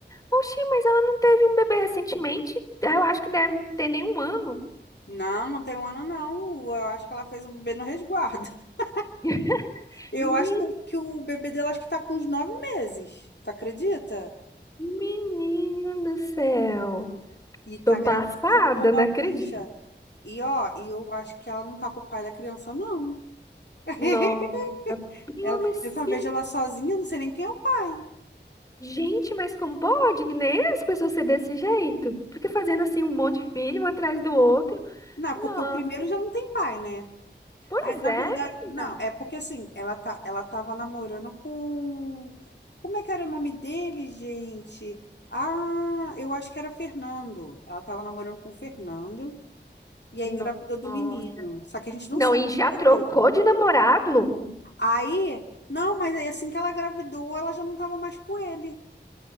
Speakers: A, on the left; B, on the left.
A: oxi, mas ela não teve um bebê recentemente? Eu acho que deve ter nem um ano.
B: Não, não tem um ano, não. Eu acho que ela fez o bebê no resguardo. <laughs>
A: <laughs>
B: Eu
A: Me-
B: acho que o, que o bebê dela acho que tá com uns nove meses. Tu acredita?
A: Menina do céu.
B: E
A: Tô
B: tá
A: passada,
B: grávida de novo
A: não
B: a
A: acredito.
B: bicha. E ó, e eu acho que ela não tá com o pai da criança, não. <laughs>
A: Não. Prima,
B: Ela,
A: mas
B: eu só vejo ela sozinha, eu não sei nem quem é o pai.
A: Gente, mas como pode, né? As pessoas ser desse jeito. Fica fazendo assim um monte de filho, um atrás do outro.
B: Não,
A: Nossa.
B: porque o primeiro já não tem pai, né?
A: Pois
B: Aí, na
A: é,
B: verdade,
A: menina.
B: não, é porque assim, ela tá, ela tava namorando com. Como é que era o nome dele, gente? Ah, eu acho que era Fernando. Ela tava namorando com o Fernando e aí
A: No-
B: engravidou do
A: Nossa.
B: menino. Só que a gente não
A: Não,
B: sabe
A: e já
B: a
A: trocou
B: vida dele.
A: de namorado?
B: Aí, não, mas aí assim que ela engravidou, ela já não tava mais com ele.